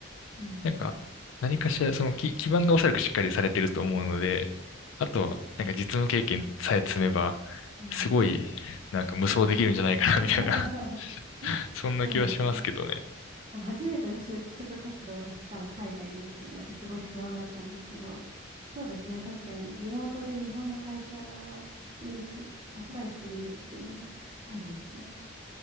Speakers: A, on the right; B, on the left.
A: なるほど。
B: なんか、何かしら、その基、基盤がおそらくしっかりされてると思うので、あとは、なんか実務経験さえ積めば、
A: うん。
B: すごい、なんか無双できるんじゃないかな、
A: <laughs>
B: みたいな <laughs> そんな気はしますけどね。
A: そうですね。まあ初めての就職活動がしかも海外でっていうのですごい不安だったんですけど、そうですね。確かにリモートで日本の会社にし、アプライしてみるっていうのもありですね。